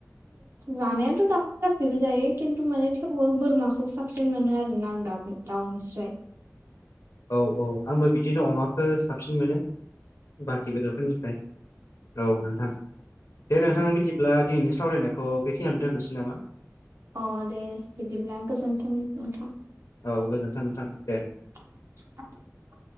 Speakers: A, on the right; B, on the left.
A: जानायाथ' दउखौ गासैबो जायो खिनथु माने थेवबो बोरमाखौ साबसिन मोनो आरोना । दाउ निस्राय
B: औ औ आंबो बिदिनो अमाखौ साबसिन मोनो बाखि बेदरफोरनिफ्राय औ नोंथां दे नोंथां बिदिब्ला दिनैनि सावरायनायखौ बेखिनियाव दोनथ'नोसै नामा?
A: अ दे बिदिब्ला गोजोन्थों नोंथां ।
B: औ गोजोन्थों नोंथां दे ।
A: <inaudible>